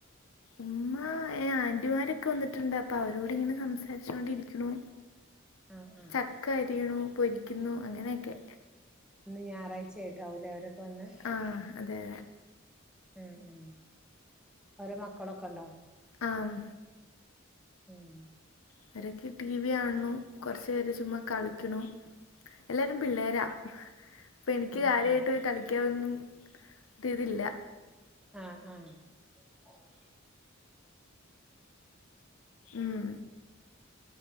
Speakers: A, on the left; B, in the centre.
A: ഉമ്മാ ആന്റിമാരൊക്കെ വന്നിട്ട്ണ്ട് അപ്പ അവരോട് ഇങ്ങനെ സംസാരിച്ചോണ്ടിരിക്ക്ണു
B: ആഹ് ആഹ്
A: ചക്ക അരിയ്ണു പൊരിക്കുന്നു അങ്ങനെയൊക്കെ
B: ഇന്ന് ഞാറാഴ്ച്ച ആയിട്ടാവൂലേ അവരൊക്കെ വന്ന്
A: ആ അതെ
B: ഉം ഉം ഓരോ മക്കളൊക്കെണ്ടോ?
A: ആഹ്
B: ഉം
A: അവരോക്കെ ടി വി കാണുന്നു കൊർച്ച് പേര് ചുമ്മാ കളിക്ണു എല്ലാരും പിള്ളേരാ ഇപ്പം ഇൻക്ക്
B: ആഹ്
A: കാര്യായിട്ട്
B: ആഹ്
A: കളിക്കാനോന്നും ഇതില്ല
B: ആഹ് <unintelligible>
A: ഉം